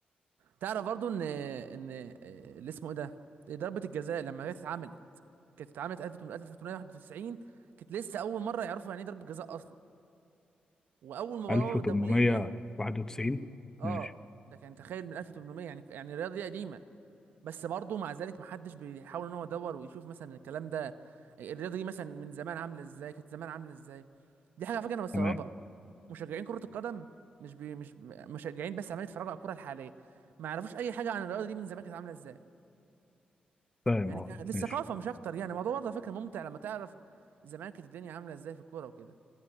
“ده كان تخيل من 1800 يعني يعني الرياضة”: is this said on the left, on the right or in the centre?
Right